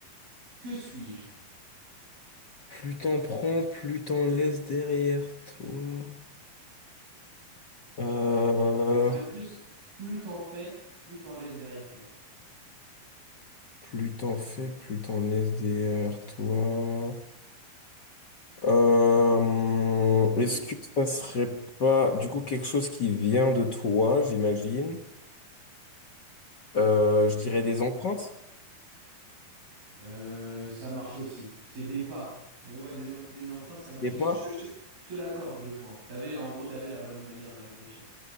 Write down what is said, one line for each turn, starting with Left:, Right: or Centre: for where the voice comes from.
Right: Que suis-je?
Left: Plus t'en prends, plus t'en laisses derrière toi. Euh,
Right: Ça va être plus. Plus t'en fais, plus t'en laisses derrière toi.
Left: plus t'en fais, plus t'en laisses derrière toi. Euh,
Right: Ouais.
Left: est-ce
Right: je-
Left: que ça serait pas du coup quelque chose qui vient de toi, j'imagine? Euh, je dirais
Right: Ouais.
Left: des empreintes,
Right: Euh, ça marche aussi. C'est des pas. Mais ouais, des, em- des empreintes, ça marche
Left: des
Right: aussi.
Left: pas?
Right: Je, je te je te l'accorde, le point. T'avais, en gros, t'avais la bonne manière de réfléchir.